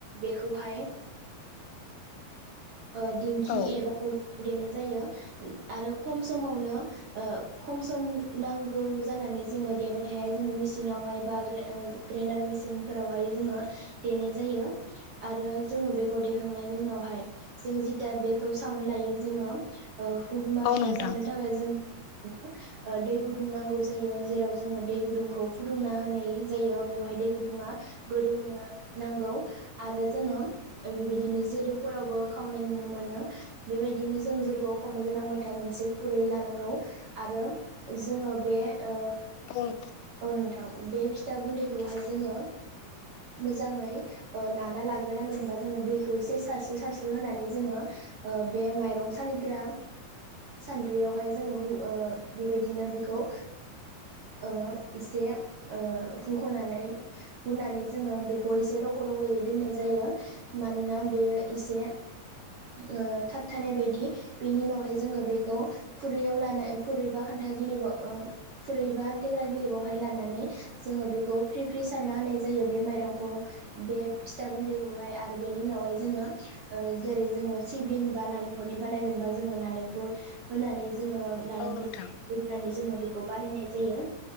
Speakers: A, on the right; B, on the left.
A: बेखौहाय ओ दिंखि
B: औ
A: एबा उलाखौ देनाय जायो आरो खम समावनो ओ खम सम नांगौ जानानै जोङो देबाथाय जोङो मेचिनावहाय बा ग्रेन ओ ग्रेन्डार मेसिनफोरावहाय जोङो देनाय जायो। आरो जोङो बेखौ देखांनायनि उनावहाय जों जिथा बेखौ सावनो लायो जोङो ओ हुगुमा
B: औ
A: फिथा
B: नोंथां
A: सावनो थाखाय जों <unintelligible> ओ दै गुदुं नांगौ जायो जेराव जोङो दै गुदुंखौ फुदुंना होनाय जायो बेवहाय दै गुदुङा गोदौहोनो नांगौ आरो जोङो ओ बिबायदिनो जोदौफोरावबो खावनाय नुनो मोनो बेबायदिनो जों जदोआव खावनो गोनांबाथाय मोनसे खुरै लानांगौ आरो जोङो बे ओ
B: औ नोंथां
A: औ नोंथां बे फि फिथा गुन्दैखौहाय जोङो मोजाङै ओ नाना लाग्रोनांगोन ओमफ्राय जोङो दैखौ एसे सारसो सारसो बेखौ होनानै जोङो ओ बे माइरं सालिग्रा सानद्रिआव हाय जोङो रु ओ बेबायदिनो बेखौ ओ एसे ओ हुख'नानै हुनानै जोङो बेखौ एसे रग' रग'यै दोननाय जायो मानोना बेयो एसे ओ थाबथानाय बायदि बेनि उनावहाय जोङो बेखौ खुरैयाव लाना खुरैबा खान्था गिलिबाव ओ खुरैबा थेग्रा गिलिबावहाय लानानै जोङो बेखौ फ्रि फ्रि सारना होनाय जायो बे माइरंखौ बे फिथा गुन्दैखौहाय आरो बेनि उनावहाय जोङो ओ जेरै जोङो सिबिन बा नालेंखरनि बानायगोन बा जोङो नालेंखर होनानै जोङो नालेंखर
B: औ नोंथां
A: उननानै जोङो बेखौ बानायनाय जायो